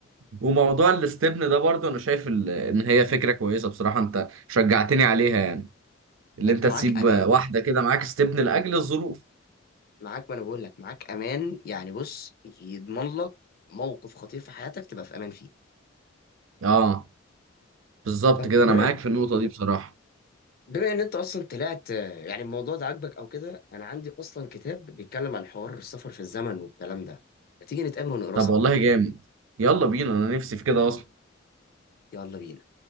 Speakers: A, on the right; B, on the left.
A: وموضوع الاستبن ده برضه انا شايف ال- ان هي فكره كويسه بصراحه انت شجعتني عليها يعني اللي
B: انت
A: انت
B: معاك
A: تسيب
B: امان
A: واحده كده معاك استبن لاجل الظروف
B: معاك ما انا بقول لك معاك امان يعني بص يضمن لك موقف خطير في حياتك تبقى في امان فيه
A: اه بالظبط
B: طب
A: كده
B: بما
A: انا معاك في النقطه دي بصراحه
B: بما ان انت اصلا طلعت آه، يعني الموضوع ده عاجبك او كده انا عندي اصلا كتاب بيتكلم عن حوار السفر في الزمن والكلام ده ما تيجي نتقابل ونقراه
A: طب
B: سوا
A: والله جامد يلا بينا انا نفسي في كده اصلا
B: يلا بينا